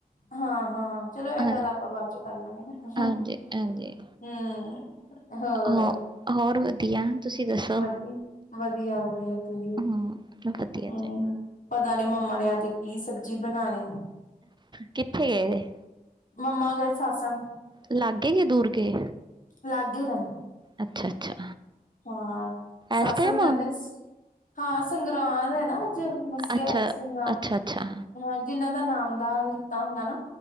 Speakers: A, on the left; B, on the right.
A: ਹਾਂ ਹਾਂ, ਚਲੋ ਇਹ
B: ਹਾਂ,
A: ਗੱਲ ਆਪਾਂ ਬਾਅਦ 'ਚ ਕਰ ਲਾਂਗੇ ਨਾ
B: ਹਾਂਜੀ-ਹਾਂਜੀ।
A: ਹੂੰ ਹੋਰ
B: ਹਾਂ, ਹੋਰ ਵਧੀਆ ਤੁਸੀਂ ਦੱਸੋ?
A: ਵਧੀ ਵਧੀਆ ਵਧੀਆ ਕੀ,
B: ਹੂੰ, ਵਧੀਆ
A: ਹਮ ਪਤਾ ਨੀ ਮੰਮਾ ਨੇ ਅੱਜ ਕੀ ਸਬਜ਼ੀ ਬਣਾਣੀ
B: ਕਿੱਥੇ ਗਏ ਦੇ?
A: ਮੰਮਾ ਗਏ ਸਤਿਸੰਗ।
B: ਲਾਗੇ ਕੇ ਦੂਰ ਗਏ?
A: ਲਾਗੇ ਹੀ ਰਹਿੰਦੇ,
B: ਅੱਛਾ-ਅੱਛਾ,
A: ਹਾਂ ਸਤਿਸੰਗ
B: ਇਸ ਟਾਈਮ
A: ਜਾਂਦੇ ਨੇ। ਹਾਂ ਸੰਗਰਾਂਦ ਏ ਨਾ ਅੱਜ, ਮੱਸਿਆ,
B: ਅੱਛਾ
A: ਸੰਗਰਾਂਦ
B: ਅੱਛਾ ਅੱਛਾ
A: ਹਾਂ ਜਿਹਨਾਂ ਦਾ ਨਾਮ ਨਾਲ ਲਿੱਤਾ ਹੁੰਦਾ ਨਾ।